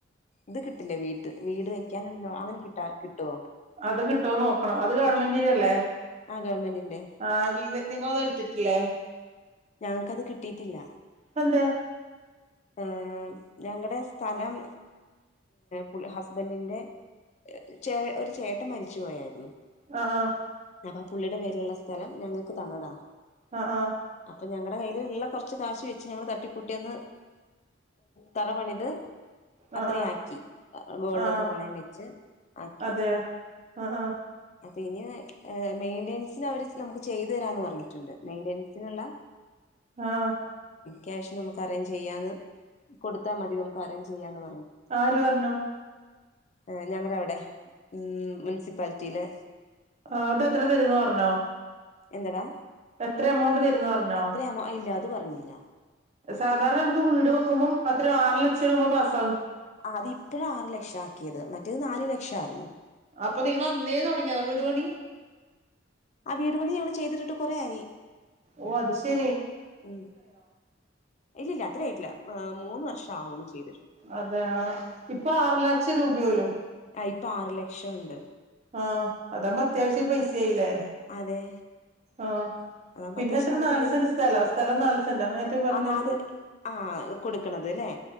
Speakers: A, on the left; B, on the right.
A: ഇത് കിട്ടില്ലേ വീട്ട് വീട് ക്കാൻ പിന്നെ അങ്ങനെ കിട്ട് കിട്ടുവോ
B: അത് കിട്ടുവോന്നു നോക്കണം അത് ഗവൺമെന്റിന്ന് അല്ലെ
A: ആഹ് ഗവൺമെന്റിന്റെ
B: ആ ഇവ നിങ്ങളത് എടുത് ട്ടില്ലേ
A: ഞങ്ങക്കത് കിട്ടിയിട്ടില്ല
B: അതെന്തേ
A: ഏഹ് ഞങ്ങടെ സ്ഥലം പുൽ ഹസ്ബന്റിന്റെ ചേ ഒരു ചേട്ടൻ മരിച്ചുപോയായിരുന്നു.
B: ആഹ് ആഹ്
A: അപ്പ പുള്ളിയുടെ പേരിലുള്ള സ്ഥലം ഞങ്ങക്ക് തന്നതാ
B: ആഹ് ആഹ്
A: അപ്പൊ ഞങ്ങടെ കയ്യില്ള്ള കൊർച്ച് കാശ് വെച്ച് ഞങ്ങള് തട്ടിക്കൂട്ടിന്ന് തറ പണിത്
B: ആഹ്
A: അത്രയ്
B: ആഹ്
A: ആക്കി ഗോൾഡൊക്കെ
B: ആഹ്
A: പണയം വെച്ച് ആക്കി
B: അതെ ആഹ് ആഹ്
A: അപ്പൊ ഇനി മെയിന്റനൻസിന് അവര് നമുക്ക് ചെയ്തു തരാന്ന് പറഞ്ഞിട്ടുണ്ട് മെയിന്റനസിനുള്ള
B: ആഹ്
A: ക്യാഷ് നമുക്ക് അറേഞ്ച് ചെയ്യാന് കൊടുത്താ മതി നമുക്ക് അറേഞ്ച് ചെയ്യാന്ന് പറ
B: ആര് പർഞ്ഞു
A: ആ ഞങ്ങള അവിടെ ഉ മുനിസിപ്പാലിറ്റിയില്
B: ആഹ് അതെത്ര തരന്ന് പറഞ്ഞോ
A: എന്തടാ
B: എത്ര എമൗണ്ട് തരുന്ന് പർഞ്ഞോ
A: എത്രയാമോ ഇല്ല അത് പറഞ്ഞില്ല.
B: സാധാരണ നമുക്ക് വീട് വെക്കുമ്പോം അത്രം ആറ് ലക്ഷം രൂപ പാസ്
A: ആഹ് അത് ഇപ്പഴ ആറു ലക്ഷം ആക്കിയത് മറ്റേത് നാലു ലക്ഷ ആരുന്നു
B: അപ്പൊ നിങ്ങ അന്നേ തുടങ്ങിയതാ വീട് പണി
A: ആ വീടുപണി ഞങ്ങൾ ചെയ്തിട്ടിട്ട് കൊറെയായി
B: ഓ അത് ശരി
A: ഉം ഇല്ലില്ല അത്ര ആയിട്ടില്ല മൂന്ന് വർഷം ആവണു ചെയ്ത
B: അതെ ഇപ്പൊ ആറു ലക്ഷം രൂപോലും
A: ആ ഇപ്പ ആറ് ലക്ഷംഉണ്ട്
B: ആഹ് അതാവുമ്പ അത്യാവശ്യം ഒരു പൈസ ആയില്ലേ
A: അതെ
B: ആഹ്
A: അതാകുമ്പോ
B: പിന്നെ
A: അത്യാവശ്യം
B: എത്ര
A: നമുക്ക്
B: നാല്
A: എന്തേലുമൊക്കെ
B: സെന്റ സ്ഥലം സ്ഥലം നാലു സെന്റ അങ്ങനെറ്റും പറീനെറ്റു.
A: ആ നാല് ആ കൊടുക്കണത് അല്ലേ